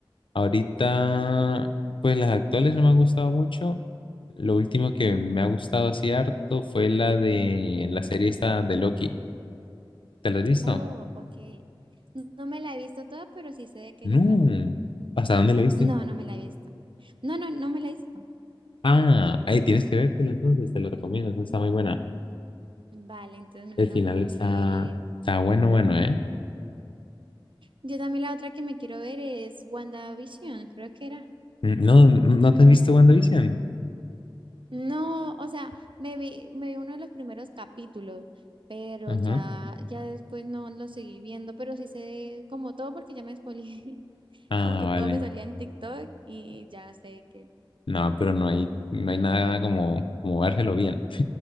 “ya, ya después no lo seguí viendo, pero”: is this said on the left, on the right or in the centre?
Right